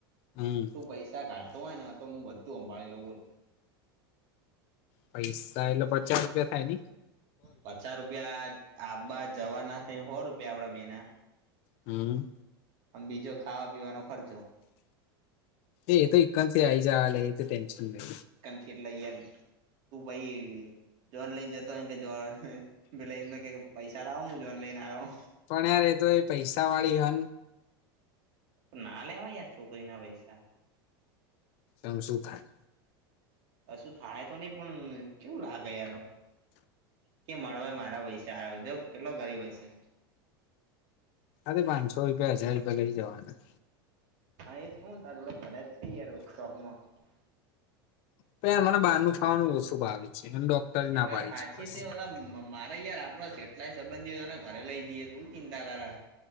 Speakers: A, on the left; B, on the right.
A: હમ
B: તું પૈસા કાઢતો હોય ને, તો હું બધું સંંભાળી લઉં હોને.
A: પૈસા એટલે પચાસ રૂપિયા થાય ને?
B: પચાસ રૂપિયા આપ બા જવાના થઈ ને સો રૂપિયા આપડા બેના.
A: હમ્મ.
B: આમ બીજો. ખાવા પીવાનો ખર્ચો
A: એ તો થી આઈ જ <inaudible> લ તો ટેન્શન નહી
B: કેટલે યાર <inaudible> તું ભાઈ જોન લઈ જતો હોય જો પેલા એમને. પૈસા લાવો મુ જોન લઈને આયો.
A: પણ યાર એ તો એ પૈસા વાળી હન.
B: પણ ના લેવાય યાર છોકરી ના પૈસા.
A: એમ શું થાય.
B: કશું થાય તો નહીં પણ કેવું લાગે યાર. કે મળવાય મારા પૈસે આયો જો કેટલો ગરીબ હયશે.
A: અરે પાચસો રૂપિયા, હજાર રૂપિયા લઈ જવાનું.
B: હા! એ શન તડા ભરા જ છેયાર શોખ માં.
A: પ મને બહારનું ખાવાનું ઓછું ભાવે છે. એ ડોક્ટરી
B: એ
A: ના
B: વાત
A: પાડી
B: સાચી
A: છે. બસ
B: તે ઓલા મારે યાર આપણા કેટલાય સંબંધીઓને ઘરે લઈ જઈએ. તોું ચિંતા કરા.